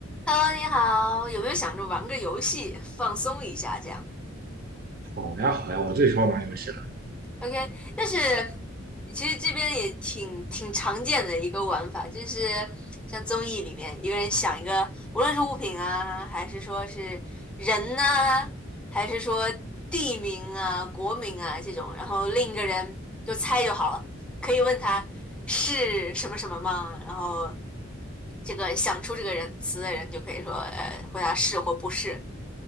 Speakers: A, in the centre; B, on the right.
A: Hello，你好，有没有想着玩个游戏放松一下这样
B: 好呀，好呀，我最喜欢玩游戏了。
A: ？OK，但是其实这边也挺挺常见的一个玩法，就是像综艺里面一个人想一个，无论是物品啊，还是说是人呐、还是说地名啊、国名啊这种，然后另一个人就猜就好了，可以问他是什么什么吗？然后这个想出这个人词的人就可以说，呃，回答是或不是